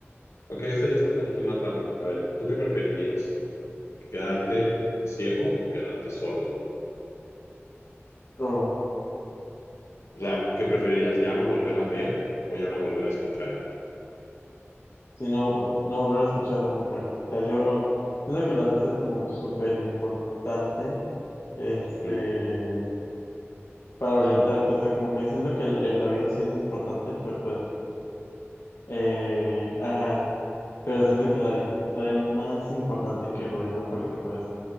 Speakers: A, on the left (about 85°); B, on the left (about 65°).
A: Ok, esta ya está un poquito más random. A ver, ¿tú qué preferirías? ¿Quedarte ciego o quedarte sordo?
B: Sordo.
A: O sea, ¿qué preferirías? ¿Ya no volver a ver o ya no volver a escuchar?
B: Si no, no volver a escuchar nunca. O sea, yo no. Siento que la vista es como súper importante, este,
A: Mm,
B: para orientarte. O sea, como que siento que el, el oído sí es importante, pero pues, eh, ajá. Pero siento que la vista es todavía más importante que el oído, porque pues